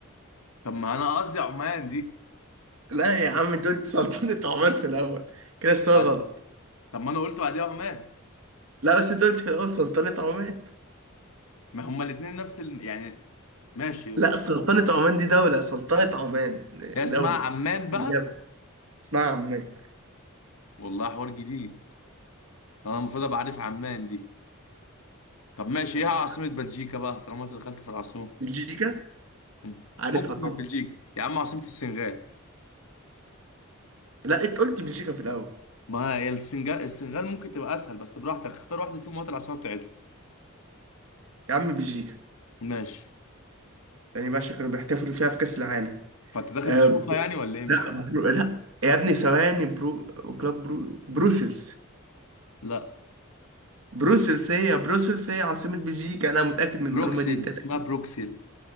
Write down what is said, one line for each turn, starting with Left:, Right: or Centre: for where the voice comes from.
Left: طب ما انا قصدي عمان دي
Right: لا يا عم انت قلت سلطنة عمان في الأول كده السؤال
Left: بعد-
Right: غلط
Left: طب ما انا قلت بعديها عمان
Right: لا بس انت قلت في الأول سلطنة عمان
Left: ما هما الاتنين نفس الم... يعني ماشي يا اسطى
Right: لا سلطنة عمان دي دولة سلطنة عمان
Left: هي
Right: دولة
Left: اسمها عمان
Right: في
Left: بقى
Right: اليمن اسمها عمان
Left: والله حوار جديد انا المفروض ابقى عارف عمان دي طب ماشي
Right: آه،
Left: ايه عاصمة بلجيكا بقى طالما انت دخلت في العاصمة
Right: بلجيكا
Left: مم.
Right: عارفها
Left: فكك
Right: طبعا
Left: من بلجيكا يا عم عاصمة السنغال
Right: لا انت قلت بلجيكا في الأول
Left: ما هي السنغال السنغال ممكن تبقى اسهل بس براحتك اختار واحدة فيهم وهات العاصمة بتاعتهم
Right: يا عم بلجيكا
Left: ماشي
Right: ثاني بقى عشان كانوا بيحتفلوا فيها في كأس العالم
Left: فانت داخل
Right: آه
Left: تشوفها
Right: ب-
Left: يعني ولا ايه مش
Right: لا
Left: فاهم
Right: برو لا يا ابني ثواني برو كلاب برو بروسلز
Left: لا
Right: بروسلز هي بروسلز هي عاصمة بلجيكا أنا متأكد من المعلومة
Left: بروكسل
Right: دي تتأكد.
Left: اسمها بروكسل